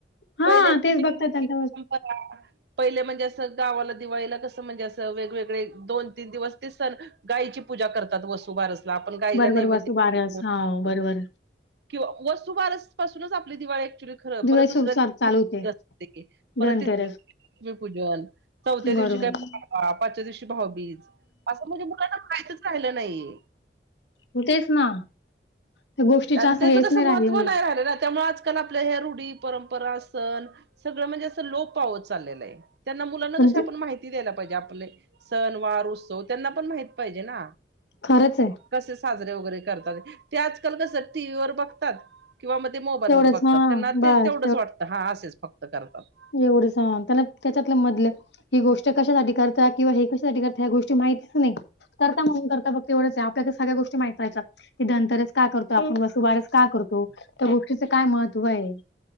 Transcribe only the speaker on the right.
पहिल्या <inaudible> परंपरा
पहिले म्हणजे असं गावाला दिवाळीला कसं? म्हणजे असं वेग वेगळे दोन, तीन दिवस ते सण. गायची पूजा करतात वसूबारसला आपण गायला
नैवेद्य
<inaudible>
किंवा वसु बारस पासूनच आपली दिवाळी ऍक्च्युली खर
परत दुसऱ्या
परत
<inaudible> असते की परत
ती मी पूजल चौथ्या
दिवशी काय <inaudible> पाचव्या दिवशी ही भाऊबीज असं, म्हणजे मुलांना माहितच राहिलं नाहीये.
आणि
त्याचं
कसं
महत्त्व
नाही
राहिले ना त्यामच आजकाल, आपल्या ह्या रूढी, परंपरा, सण सगळं म्हणजे, असं लोप पावत चाललेलं आहे. त्यांना मुलांना
कशी?
आपण माहिती द्यायला पाहिजे. आपले सण, वार उत्सव, त्यांना पण माहित पाहिजे ना.
कसे? साजरे वगैरे करतात. ते आजकाल कस? टी व्ही वर बघतात. किंवा म ते मोबाईल
वर बघतात
त्यांना ते
तेवढंच वाटतं हा असेच फक्त करतात.